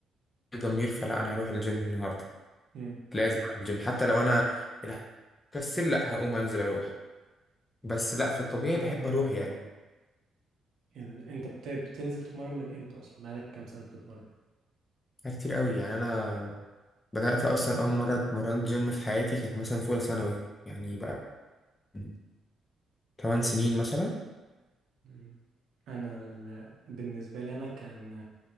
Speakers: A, on the left (about 25°); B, on the right (about 70°).
A: في ضمير فلا انا هروح الجيم النهارده
B: امم
A: لازم اروح الجيم حتى لو انا كسل لا هقوم انزل اروح بس لا في الطبيعي بحب اروح يعني
B: ال... انت بت... بتنزل تتمرن من امتى اصلا بقالك كام سنه بتتمرن
A: حاجات كتير قوي يعني انا بدات اصلا اول مره اتمرنت جيم في حياتي كانت مثلا في اولى ثانوي يعني بقى من 8 سنين مثلا
B: مم. انا ال... بالنسبه لي انا كان